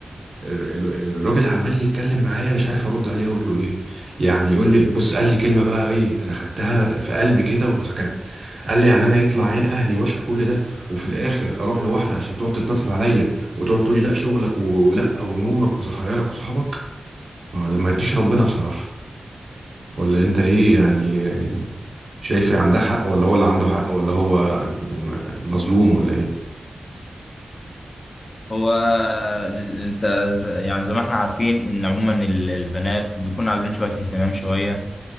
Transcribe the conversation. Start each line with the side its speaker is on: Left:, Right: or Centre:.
Right: ال- ال- الراجل عمال يتكلم معايا مش عارف ارد عليه اقول له ايه يعني يقول لي بص قال لي كلمه بقى ايه انا خدتها في قلبي كده وسكت قال لي يعني انا يطلع عين اهلي واشقى كل ده وفي الاخر اروح لواحده عشان تقعد تتنطط عليا وتقعد تقول لي لا شغلك و- ولا ونومك وصحيانك وصحابك ما هو ده ما يرضيش ربنا بصراحه ولا انت ايه يعني شايف إيه عندها حق ولا هو اللي عنده حق ولا هو م- مظلوم ولا ايه
Left: هو آه، أنت ز- يعني زي ما إحنا عارفين إن عموما ال- البنات بيكون عايزين شوية اهتمام شوية